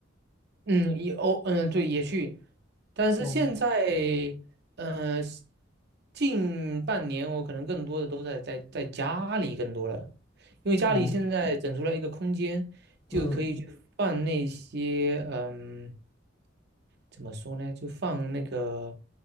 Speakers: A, on the right; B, on the left.
A: 嗯，也哦，嗯，对，也去，但是现在，
B: 哦
A: 嗯，近半年我可能更多的都在在在家里更多了，因为家里现在整出来一个空间，
B: 哦，
A: 就可以去放那些，
B: 嗯，
A: 嗯，怎么说呢，就放那个